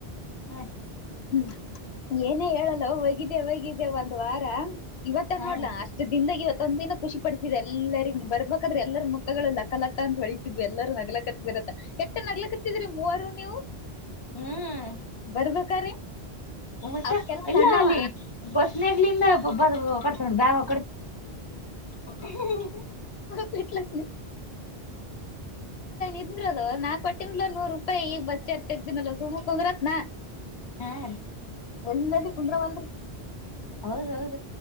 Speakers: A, on the left (about 30°); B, on the left (about 80°).
A: ಹ
B: ಹ್ಮ್ ಏನೇ ಹೇಳಲ್ಲ ಒಗಿದೆ ಒಗಿದೆೆ ಒಂದ್ ವಾರ ಇವತ್ತ
A: ಹಾ
B: ನೋಡ್ಲಾ
A: ರೀ
B: ಅಷ್ಟು ದಿನದಾಗ ಇವತ್ತು ತಂದೆ ಖುಷಿ ಪಡಿಸಿದೆ ಎರಿಗ ಬರ್ಬೇಕಾದ್ರೆ ಎಲ್ಲರ ಮುಖಗಳು ಲಕ್ಕಲಕ್ಕ ಅಂತ ಹೊಳಿತಿದ್ ಎಲ್ಲರೂ ನಗ್ಲಕ್ಕ ಬತ್ತ ಎಟ್ಟ ನಡಿಯಕತ್ತಿದರಿ ಮೂವರು ನೀವು
A: ಹ್ಮ್
B: ಬರ್ಬೇಕ್ರೀ
A: ಮತ್ತೆ
B: ಅವಾಗೆಲ್ಲ
A: ಇಲ್ಲ
B: ಸಣ್ಣವ
A: ಅಲ್ಲಿ ಬಸ್ನಗ್ಲಿಂದ ಕತ ನೋ ಬ್ಯಾಗ <unintelligible>
B: <unintelligible> ತಿಂದ್ರದು ನಾಕಕ್ ಪಟ್ಟಿಲ ನೂರ್ ರೂಪಾಯಿ ಬಸ್ರ್ ತಗ್ದಿನಲ್ಲ ಸುಮಕ್ ಹ್ರತ್ನ
A: ಹಾ
B: ಎಲ್ಲಲ್ಲಿ ಕುಗ್ರ ಮನ್ರಿ
A: ಹೌದೌದು